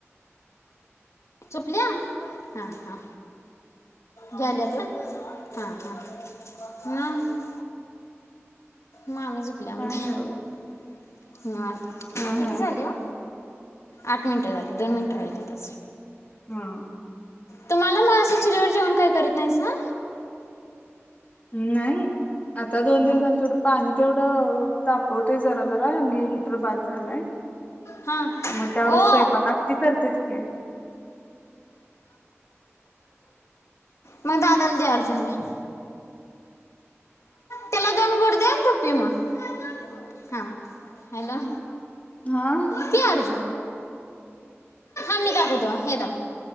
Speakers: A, on the left; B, on the left.
A: चुकल्या हा हा घ्याल्यात व्हय हा हा ह मामी जुपल्या म्हणतय
B: काय नाही बघा.
A: हे आठ
B: हा
A: किती
B: हा
A: झाले हो आठ मिनिटं झाली दोन मिनिटं राहिली अजून
B: हा
A: तुम्हाला म असं चुलीवर जेवण काय करीत नाहीसा
B: नाही आता दोन
A: नाही
B: दिवस झाले तेवडं पाणी तेवढं तापवतोय जरा जरा अंगी हिटर बाद झालाय
A: हां
B: मग त्यावरच
A: ओ
B: स्वयंपाक आत्ती करतेत की
A: मग दादाला दे अर्जुनला त्याला दोन घोट दे आणि तु प्पी मग हा हॅलो
B: हा आ
A: पी हा मी दाखवतो हे धर